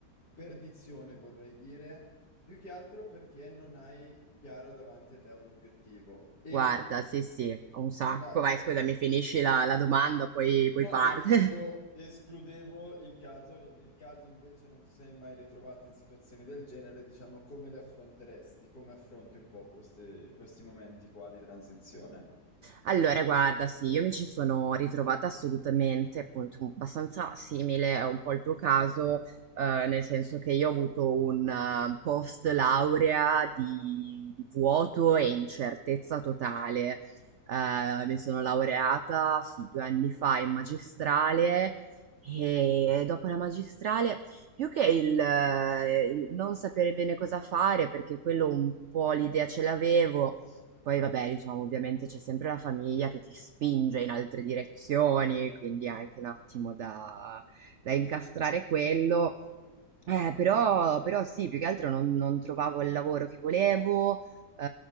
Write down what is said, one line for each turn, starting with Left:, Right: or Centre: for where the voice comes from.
Left: perdizione, vorrei dire, più che altro perché non hai chiaro davanti a te un obiettivo. E
Right: guarda, sì, sì, un sacco.
Left: vai.
Right: Vai, scusami, finisci la, la domanda, poi, poi
Left: No,
Right: parte.
Left: e dicevo,
Right: <laughs>
Left: escludevo il caso e nel caso invece non ti sei mai ritrovato in situazioni del genere, diciamo, come le affronteresti? Come affronti un po' queste- questi momenti qua di transizione?
Right: Allora, guarda, sì, io mi ci sono ritrovata assolutamente, appunto, un- abbastanza simile a un po' il tuo caso, eh, nel senso che io ho avuto un eh, post laurea di, di vuoto e incertezza totale. Eh, mi sono laureata, sì, due anni fa in magistrale e dopo la magistrale, più che il, eh, il non sapere bene cosa fare, perché quello un po' l'idea ce l'avevo poi vabbè, diciamo, ovviamente c'è sempre la famiglia che ti spinge in altre direzioni, quindi è anche un attimo da, da incastrare quello. Eh, però, però sì, più che altro non, non trovavo il lavoro che volevo, eh,